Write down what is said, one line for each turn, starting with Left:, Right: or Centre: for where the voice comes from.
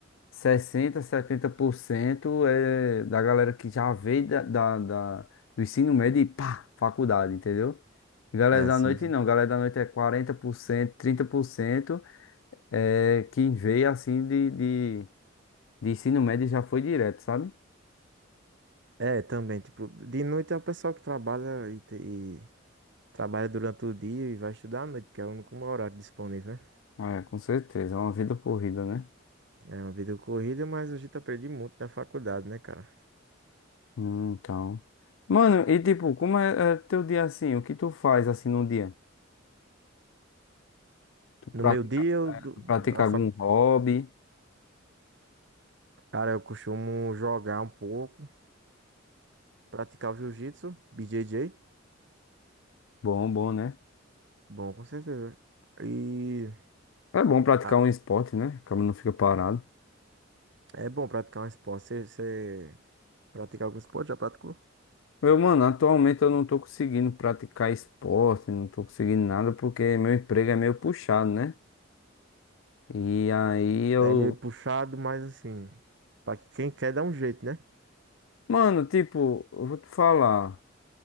Left: sessenta setenta por cento é da galera que já veio da, da, da- do ensino médio e pá, faculdade, entendeu? Galera
Right: É,
Left: da
Right: sim,
Left: noite
Right: sim.
Left: não, galera da noite é quarenta por cento trinta por cento é, quem veio assim de, de, de ensino médio já foi direto, sabe?
Right: É, também, tipo, de noite é o pessoal que trabalha e, te- e trabalha durante o dia e vai estudar à noite, que é o único horário disponível, né?
Left: É, com certeza, é uma vida corrida, né?
Right: É uma vida corrida, mas a gente aprende muito na faculdade, né, cara?
Left: Hum, Então. Mano, e tipo, como é, é teu dia assim? O que tu faz assim no dia? Tu pratica,
Right: No meu dia, eu,
Left: é,
Right: do-
Left: tu pratica
Right: na
Left: algum
Right: facu...
Left: hobby?
Right: cara, eu costumo jogar um pouco. Praticar o jiu-jitsu, BJJ,
Left: Bom, bom, né?
Right: bom, com certeza. E
Left: É bom praticar
Right: ah,
Left: um esporte, né? Acaba não fica parado.
Right: é bom praticar um esporte. Você, você pratica algum esporte? Já praticou?
Left: Eu, mano, atualmente eu não tô conseguindo praticar esporte, não tô conseguindo nada porque meu emprego é meio puxado, né? E aí eu.
Right: É meio puxado, mas assim, pra quem quer dá um jeito, né?
Left: Mano, tipo, eu vou te falar.